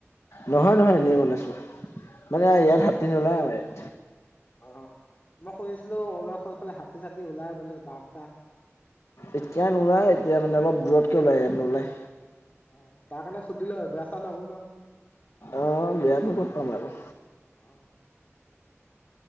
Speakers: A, on the left; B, on the left.
A: নহয় নহয় এনেই বনাইছো মানে ইয়াত
B: অ
A: হাতী নোলাই আমাৰ ইয়াত
B: অ মই শুনিছিলো অৰুণাচল ফালে হাতী চাতী ওলাই বোলে বাঘ চাক
A: এতিয়া নোলায় এতিয়া মানে অলপ দূৰতকে ওলাই ইয়াত নোলায়
B: অ তাৰ কাৰণে সুধিলো আৰু বেয়া চেয়া নাপাবা
A: অ বেয়ানো কত পাম আৰু
B: অ